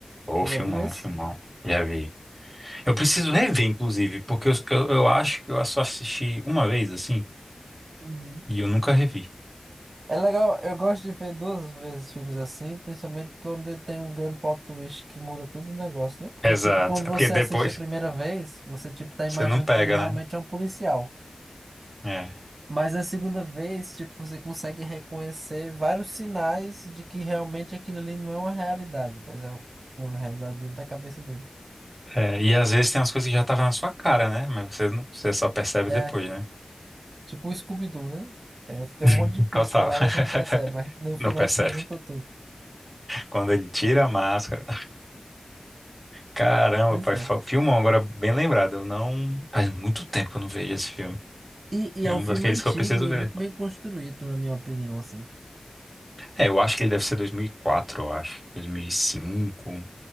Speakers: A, on the right (about 20°); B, on the right (about 65°).
A: Ô,
B: Você
A: filmão,
B: já viu esse?
A: filmão. Já vi. Eu preciso
B: Eu-
A: rever, inclusive, porque eu, eu, eu acho que eu só assisti uma vez, assim,
B: Uhum.
A: e eu nunca revi.
B: É legal, eu gosto de ver duas vezes filmes assim, principalmente quando tem um grande plot twist que muda todo o negócio, né? Porque,
A: Exato.
B: tipo, quando você
A: É porque depois
B: assiste a primeira vez, você, tipo, tá imaginando
A: você não pega,
B: que ele realmente
A: né?
B: é um policial.
A: É.
B: Mas na segunda vez, tipo, você consegue reconhecer vários sinais de que realmente aquilo ali não é uma realidade, mas é uma realidade dentro da cabeça dele.
A: É, e às vezes tem umas coisas que já estavam na sua cara, né? Mas você, não, você só percebe
B: É,
A: depois, né?
B: tipo o Scooby-Doo, né? É, tem
A: <laughs>
B: um monte de pista
A: Total.
B: lá, mas você não percebe,
A: <laughs>
B: mas no final
A: Não percebe.
B: você junta tudo.
A: Quando ele tira a máscara. Caramba,
B: Pois
A: pai,
B: é.
A: fa- filmão, agora bem lembrado. Eu não. Faz muito tempo que eu não vejo esse filme.
B: E, e
A: É
B: é um
A: um
B: filme
A: daqueles
B: antigo
A: que eu preciso
B: e
A: ver.
B: muito bem construído, na minha opinião, assim.
A: É, eu acho que ele deve ser 2004, eu acho. 2005.